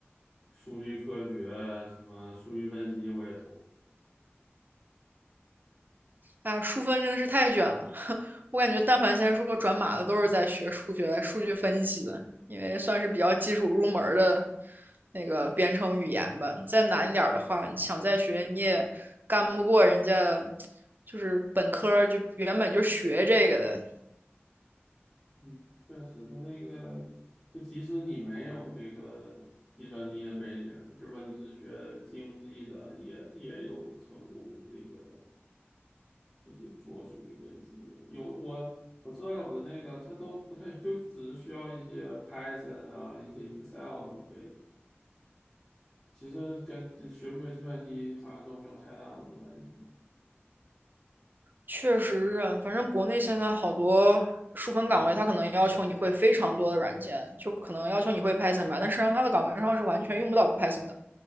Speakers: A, on the left; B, on the right.
A: 数据科学啊、什么数据分析，我也投。
B: 啊，数分真的是太卷了。<laughs> 我感觉，但凡现在说转码的，都是在学数学、数据分析的，因为算是比较基础入门的那个编程语言吧。再难一点的话，你想再学，你也干不过人家，就是本科就原本就学这个的，
A: 嗯，确实，它那个就即使你没有这个计算机的背景，是说你是学经济的，也也有成功这个就是做数据分析的。有我我知道有的那个他都不太，就只是需要一些 Python 啊，一些 Excel 就可以。其实跟这学不学计算机好像都没有太大的关系。
B: 确实是，反正国内现在好多数分岗位，他可能要求你会非常多的软件，就可能要求你会 Python 吧，但实际上他的岗位上是完全用不到 Python 的。